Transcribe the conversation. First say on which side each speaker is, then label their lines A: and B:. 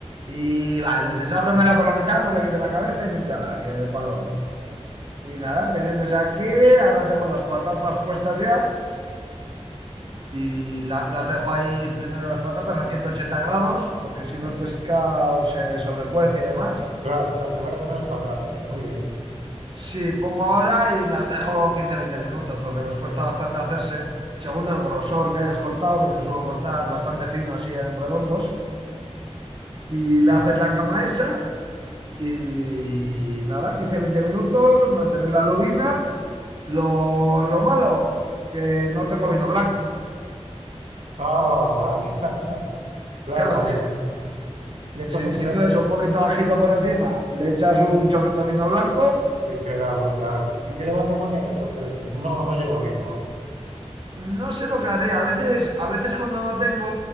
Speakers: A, on the right; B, on the right.
A: Y vale, dices, ábremela por la mitad, no le quites la cabeza y límpiala, que para el horno. Y nada, te vienes aquí, ahora tengo las patatas puestas ya y la- las dejo ahí primero las patatas a 180 grados, porque si no el pescado se sobrecuece y demás.
B: claro. O sea, primero poner las patatas. Muy bien.
A: Sí, pongo ahora y las dejo quince veinte minutos, porque les cuesta bastante hacerse, según el grosor que hayas cortado, que yo suelo cortar bastante fino así en redondos, y le
B: Ah,
A: haces la cama esa. Y nada, 15 veinte minutos, mantener la lubina. Lo, lo malo, que no tengo vino blanco.
B: ah, vaya. <laughs> Claro,
A: Claro,
B: conviene.
A: si,
B: Y entonces,
A: si-
B: ¿qué
A: si
B: le?
A: no es un poquito de ajito por encima, le echas un chorrito de vino blanco.
B: Y queda brutal. ¿Y qué le vas a poner? Entonces, no, no lleva vino hoy.
A: No sé lo que haré. A veces, a veces cuando no tengo,